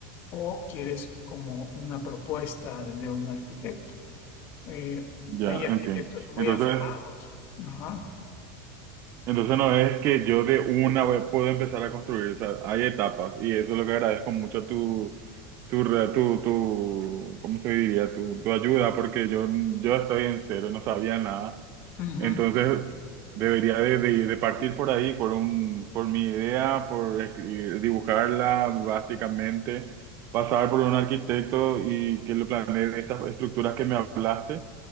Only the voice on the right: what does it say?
Ya,
entiendo.
Entonces,
Entonces no es que yo de una vez puedo empezar a construir, o sea, hay etapas y eso es lo que agradezco mucho tu, tu, re- tu, tu, ¿cómo se diría? Tu, tu ayuda porque yo, yo estoy en cero, no sabía nada.
Entonces debería de, de, de partir por ahí, por un, por mi idea, por escribir- dibujarla básicamente, pasar por un arquitecto y que lo planee de estas estructuras que me hablaste